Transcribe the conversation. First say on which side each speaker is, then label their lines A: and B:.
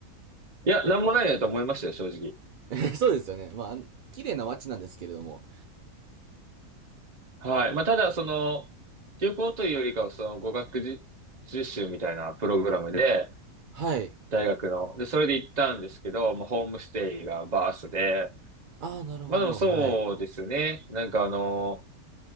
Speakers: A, on the right (about 35°); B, on the right (about 55°).
A: いや、なんもないなと思いましたよ、正直。
B: <laughs> えそうですよね。まあ、あの綺麗な街なんですけれども。
A: はい。まあ、ただ、その、旅行というよりかは、その語学じ実習みたいなプログラムで、
B: はい。
A: 大学の。で、それで行ったんですけど、もうホームステイがバースで、
B: ああ、なるほど。
A: まあでもそうですね。
B: はい。
A: なんかあの、